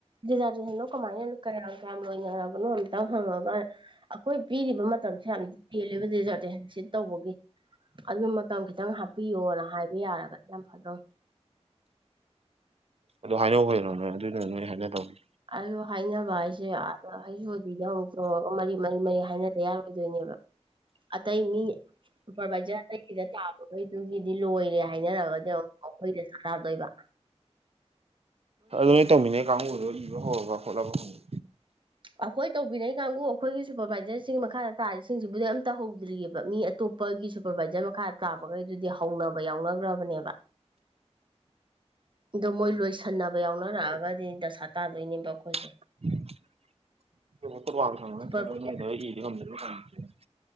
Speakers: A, on the right; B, on the right.
A: ꯔꯤꯖꯥꯔꯇꯦꯁꯟꯣ ꯀꯃꯥꯏꯅ ꯀꯌꯥꯝ ꯀꯌꯥꯝ ꯂꯣꯏꯅꯔꯕꯅꯣ ꯑꯝꯇ ꯍꯪꯉꯒ ꯑꯩꯈꯣꯏ ꯄꯤꯔꯤꯕ ꯃꯇꯝꯁꯤ ꯌꯥꯝꯗꯤ ꯇꯦꯜꯂꯦꯕ ꯗꯗꯤꯖꯥꯔꯠꯇꯦ ꯁꯤ ꯇꯧꯕꯒꯤ ꯑꯗꯨ ꯃꯇꯝ ꯈꯤꯇꯪ ꯍꯥꯞꯄꯤꯌꯣꯅ ꯍꯥꯏꯕ ꯌꯥꯔꯒ ꯌꯥꯝ ꯐꯖꯧ
B: ꯑꯗꯨ ꯍꯥꯏꯅꯧꯕꯗꯅꯣ ꯅꯣꯏ ꯑꯗꯨꯗꯨꯅ ꯅꯣꯏ ꯍꯥꯏꯅ ꯇꯧꯅꯤ
A: ꯑꯗꯣ ꯍꯥꯏꯅꯕ ꯍꯥꯏꯁꯦ ꯑ ꯑꯩꯁꯨꯗꯤꯗꯤ ꯑꯃꯨꯛ ꯇꯣꯡꯔꯒ ꯃꯔꯤ ꯃꯔꯤ ꯃꯔꯤ ꯍꯥꯏꯅꯗ ꯌꯥꯔꯣꯏꯗꯣꯏꯅꯦ ꯑꯇ ꯑꯩ ꯃꯤ ꯁꯨꯄꯔꯚꯥꯏꯖꯔ ꯑꯒꯤꯗ ꯇꯥꯕꯈꯩꯗꯨꯒꯤꯗꯤ ꯂꯣꯏꯔꯦ ꯍꯥꯏꯅꯔꯒꯗꯤ ꯑꯃꯨꯛ ꯑꯩꯈꯣꯏꯗ ꯁꯔꯀꯥꯔꯗꯣꯏꯕ
B: ꯑꯗꯨ ꯅꯣꯏ ꯇꯧꯃꯤꯅꯦ ꯀꯥꯡꯕꯨꯗꯨꯣ ꯏꯕ ꯍꯧꯔꯒ ꯍꯣꯠꯂꯒ ꯍꯉ
A: ꯑꯩꯈꯣꯏ ꯇꯧꯕꯤꯅꯩ ꯀꯥꯡꯕꯨ ꯑꯩꯈꯣꯏꯒꯤ ꯁꯨꯄꯔꯕꯥꯏꯖꯔꯁꯤꯡꯒꯤ ꯃꯈꯥꯗ ꯇꯥꯔꯤꯁꯤꯡꯁꯤꯕꯨꯗꯤ ꯑꯝ ꯇꯧꯍꯧꯦ ꯃꯤ ꯑꯇꯣꯞꯄꯒꯤ ꯁꯨꯄꯔꯕꯥꯏꯖꯔ ꯃꯈꯥ ꯇꯥꯕꯈꯩꯗꯨꯗꯤ ꯍꯧꯅꯕ ꯌꯥꯎꯅꯈ꯭ꯔꯕꯅꯦꯕ ꯑꯗꯣ ꯃꯣꯏ ꯂꯣꯏꯁꯟꯅꯕ ꯌꯥꯎꯅꯔꯛꯑꯒꯗꯤ ꯗꯁꯥ ꯇꯥꯗꯣꯏꯅꯦꯕ ꯑꯩꯈꯣꯏꯁꯦ
B: ꯇꯕꯥ ꯊ
A: ꯁꯨꯄꯔꯚꯥꯏꯖꯔ